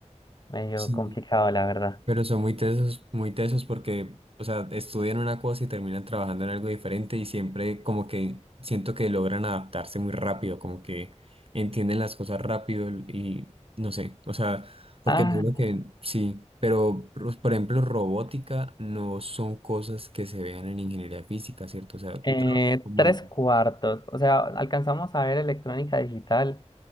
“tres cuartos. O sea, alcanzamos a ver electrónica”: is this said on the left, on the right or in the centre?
Left